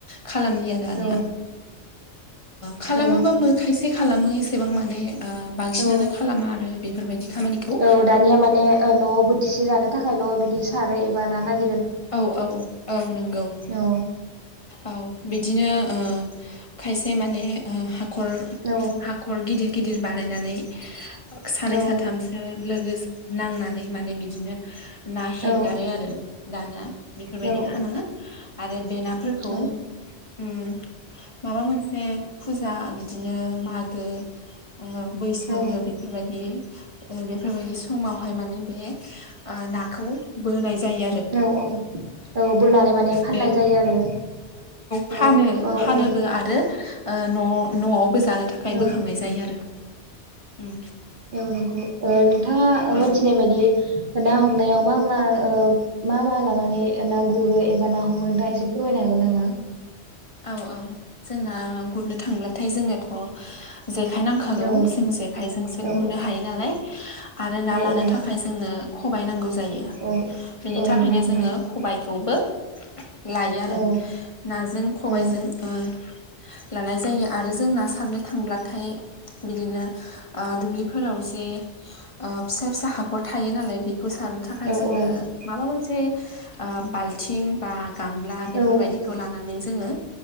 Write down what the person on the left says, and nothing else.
खालामलिया दानिया
खालामोबाबो
खायसे खालामो एसेबां माने बांसिनानो
खालामा आरो बेफोरबायदि खामानिखौ
औ औ औ नंगौ
औ बिदिनो ओ खायसे माने ओ हाखर
हाखर गिदिर गिदिर बानायनानै सानै
साथामसो लोगो- नांनानै माने बिदिनो ना हेंगारो
आरो दाना बेफोरबायदि
खालामो आरो बे नाफोरखौ
उम माबा मोनसे बे फुजा बिदिनो मागो ओ बैसागु
बेफोरबायदि बेफोरबायदि समावहाय माने बे नाखौ बोनाय जायो आरो।
आरो
फानो
फानोबो
आरो न' न'आवबो जानो थाखाय
बोखांनाय जायो आरो उम
औ
औ औ जोंना गुरनो थांब्लाथाय जोंनाथ' जेखाइ नांखागौ
जों जेखाइजोंसो
गुरनो हायो नालाय आरो ना
लानो
थाखाय जोंनो खबाय नांगौ जायो
बेनि
थाखायनो
जोङो खबाय खौबो लायो आरो
नाजों खबायजों
ओम लानाय जायो आरो जों ना सारनो थांब्लाथाय बिदिनो दुब्लिफोराव जे फिसा फिसा हाखर थायो नालाय बेखौ सारनो थाखाय
जोंनो माबा मोनसे से बाल्थिं बा गामला बेफोरबायदिखौ
लानानै जोङो